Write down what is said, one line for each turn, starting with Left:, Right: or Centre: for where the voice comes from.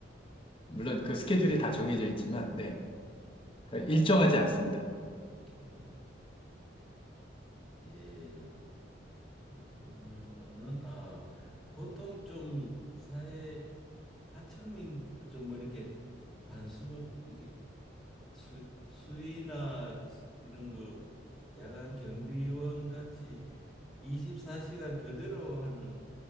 Left: 물론 그 스케줄이 다 정해져 있지만 네. 그러니까
Centre: 아,
Left: 일정하지 않습니다.
Centre: 이렇게 예 그러면은 아 보통 좀 사회 하층민 좀 뭐 이렇게 단순 이렇게 수, 수위나 수- 이런 그 야간 경비원 같이 24시간 교대로 하는